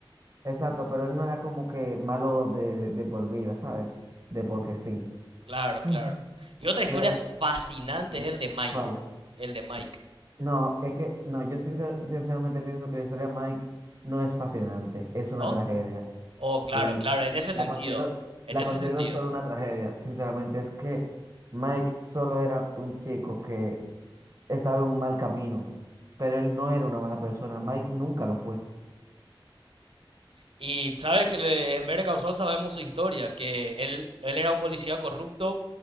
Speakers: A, on the right; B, on the right.
A: Exacto, pero él no era como que malo de, de, de por vida, ¿sabes? De porque sí.
B: claro, claro.
A: Ah,
B: Y otra historia
A: Me,
B: fascinante es el de Mike,
A: ¿cuál?
B: el de Mike,
A: No, es que, no, yo sincer- sinceramente pienso que la historia de Mike no es fascinante, es una
B: ¿no?
A: tragedia.
B: Oh, claro,
A: Sí,
B: claro, en ese
A: la
B: sentido,
A: considero,
B: en
A: la
B: ese
A: considero
B: sentido.
A: solo una tragedia. Sinceramente, es que Mike solo era un chico que estaba en un mal camino, pero él no era una mala persona. Mike nunca lo fue.
B: Y sabes que le- en Better Call Saul sabemos su historia, que él, él era un policía corrupto,